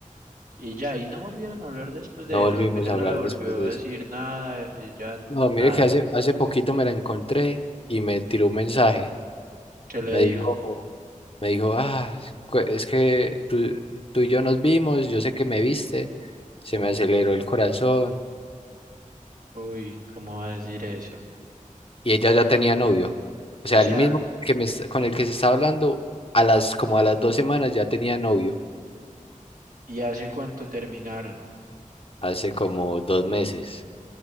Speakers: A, on the right; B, on the left.
A: Y ya, y no volvieron a hablar después de
B: No volvimos
A: eso. Ella
B: a
A: no
B: hablar
A: le volvió
B: después de
A: a decir
B: eso.
A: nada, ella
B: No,
A: nada.
B: mire que hace, hace poquito me la encontré y me tiró un mensaje.
A: ¿Qué le
B: Me
A: dijo?
B: dijo, me dijo, ah, cu- es que tú, tú y yo nos vimos, yo sé que me viste, se me aceleró el corazón,
A: Uy, ¿cómo va a decir eso?
B: y ella ya tenía novio. O sea,
A: O sea,
B: el mismo que me, es- con el que se está hablando, a las, como a las dos semanas ya tenía novio,
A: ¿y hace cuánto terminaron?
B: hace como dos meses.